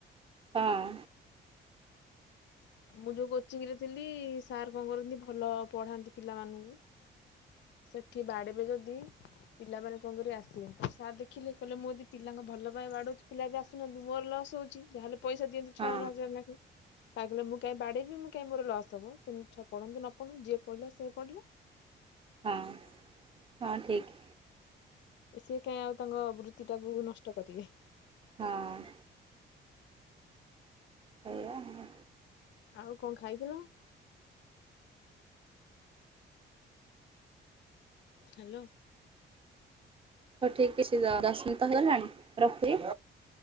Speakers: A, on the right (about 25°); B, on the left (about 65°).
A: ହଁ।
B: ମୁଁ ଯୋଉ କୋଚିଂ ରେ ଥିଲି ସାର୍ କଣ କରନ୍ତି ଭଲ ପଢାନ୍ତି ପିଲାମାନଙ୍କୁ। ସେଠି ବାଡେଇବେ ଯଦି ପିଲାମାନେ କଣ କରିବେ ଆସିବେ କହିବେ ସାର୍ ଦେଖିଲେ କହିଲେ ମୁଁ ଜଦି ପିଲାଙ୍କ ଭଲ ପାଇଁ ବାଡଉଛି ପିଲା ବି ଆସୁନାହାନ୍ତି ମୋର ଲସ୍ ହଉଛି ଯାହାହଲେ ପଇସା ଦିଅନ୍ତି ଛୁଆମାନେ
A: ହଁ
B: ହଜାର ଲାଖେ। ସାର୍ କହିଲେ ମୁଁ କାଇଁ ବାଡେଇବି ମୁଁ କାଇଁ ମୋର ଲସ୍ ହବ ତେଣୁ ଛୁଆ ପଢନ୍ତୁ ନ ପଢନ୍ତୁ ଯିଏ ପଢିଲା ସେ ପଢିଲା।
A: ହଁ। ହଁ ଠିକ୍।
B: ସିଏ କାଇଁ ଆଉ ତାଙ୍କ ବୃତ୍ତି ଟାକୁ ନଷ୍ଟ କରିବେ।
A: ହଁ ଅଁ। ସେଇୟା ଆଉ।
B: ଆଉ କଣ ଖାଇଥିଲ? ହାଲୋ।
A: ହଉ ଠିକ ଅଛି ଦ-ଦଶ ମିନିଟ୍ ତ ହେଇଗଲାଣି ରଖୁଛି।